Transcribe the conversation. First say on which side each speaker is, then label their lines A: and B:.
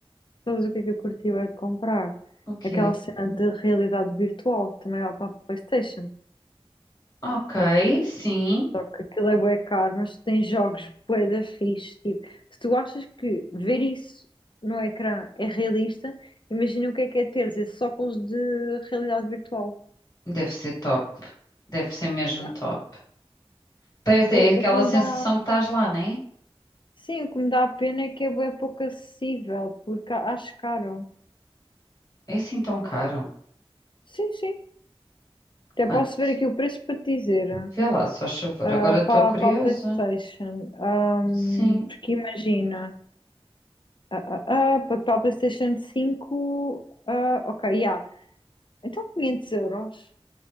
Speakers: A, on the left (about 55°); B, on the left (about 30°).
A: Sabes o que é que eu curti bué de comprar?
B: O quê?
A: Aquela cena de realidade virtual que também lá para a PlayStation.
B: Ok, sim,
A: Só que aquilo é bué caro, mas tu tens jogos bué da fixe. Tipo, se tu achas que ver isso no ecrã é realista, imagina o que é que é ter esses óculos de realidade virtual.
B: deve ser top, deve ser mesmo
A: Yeah.
B: top. Parece
A: O,
B: é aquela
A: o que me
B: sensação
A: dá,
B: que estás lá, né?
A: sim, o que me dá pena é que é bué pouco acessível, porque a- acho caro.
B: É assim tão caro?
A: Sim, sim. Até
B: Quanto?
A: posso ver aqui o preço para te dizer,
B: Vê lá, só favor,
A: ah,
B: agora estou
A: para,
B: curiosa.
A: para a PlayStation. Ahm,
B: Sim,
A: porque imagina, ah, ah, ah, para para a PlayStation cinco ah, ok, já. Então 500 euros.